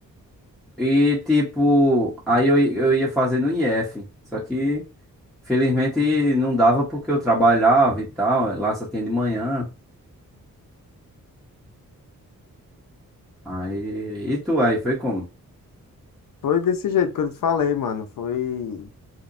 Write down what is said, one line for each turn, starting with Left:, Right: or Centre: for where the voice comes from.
Centre: E tipo, aí eu, i- eu ia fazer no IF. Só que. Felizmente não dava porque eu trabalhava e tal, lá só tinha de manhã. Aí, e tu aí, foi como?
Left: Foi desse jeito que eu te falei, mano. Foi